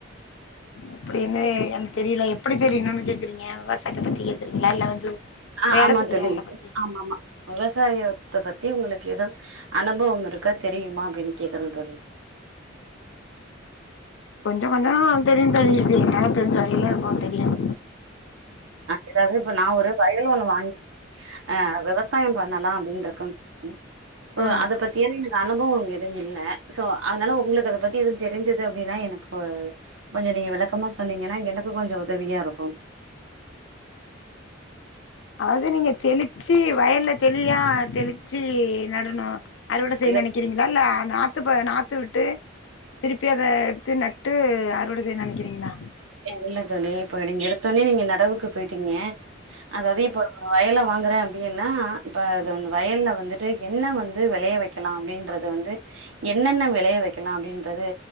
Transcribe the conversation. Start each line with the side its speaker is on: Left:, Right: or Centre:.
Left: எப்டின்னு எனக்கு தெரியல எப்படி தெரியும்னு கேக்குறீங்க விவசாயத்த பத்தி கேக்குறீங்களா இல்ல வந்து
Right: ஆ
Left: வேல
Right: ஆமா
Left: செய்யறவங்கள
Right: தோழி
Left: பத்தி
Right: ஆமா ஆமா விவசாயத்த பத்தி உங்களுக்கு எதுவும் அனுபவம் இருக்கா தெரியுமா அப்படின் கேக்குறேன் தோழி
Left: கொஞ்சோ கொஞ்சோ தெரியும் தோழி என்னால தெரிஞ்ச வழியில இருக்கும் தெரியும்
Right: ஏதாவது இப்ப நா ஒரு வயல் ஒண்ணு வாங்கி ஆ விவசாயம் பண்ணலாம் அப்படினு இருக்க தோழி
Left: ம்
Right: அத பத்தியான எனக்கு அனுபவம் எதுவும் இல்ல சோ அதனால உங்களுக்கு அத பத்தி எதுவும் தெரிஞ்சுது அப்படின்னா எனக்கு கொஞ்சோ நீங்க விளக்கமா சொன்னீங்கன்னா எனக்கும் கொஞ்சம் உதவியா இருக்கும்
Left: அது நீங்க தெளிச்சு வயல்ல தெளியா தெளி ச்சி நடணும் அறுவடை செய்யனு
Right: இல்ல
Left: நினைக்கிறீங்களா இல்ல நாத்துப்ப நாத்து விட்டு திருப்பி அத எடுத்து நட்டு அறுவடை செய்யனு நினைக்கிறீங்களா
Right: இல்ல தோழி இப்போ நீங்க எடுத்தொனே நீங்க நடவுக்கு போயிட்டீங்க அதாவது இப்போ வயல வாங்குறேன் அப்படின்னா இப்ப அது
Left: ம்
Right: வயல்ல வந்து ட்டு என்ன வந்து விளைய வைக்கலாம் அப்படின்றது வந்து என்னென்ன விளைய வைக்கலாம் அப்படின்றது